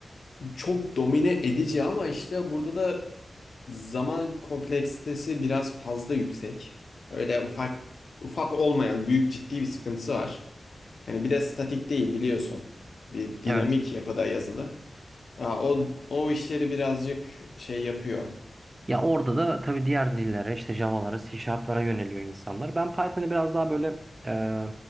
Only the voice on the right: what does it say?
Evet.
Ya orada da tabii diğer dillere işte Java'lara, C Sharp'lara yöneliyor insanlar. Ben Python'ı biraz daha böyle e,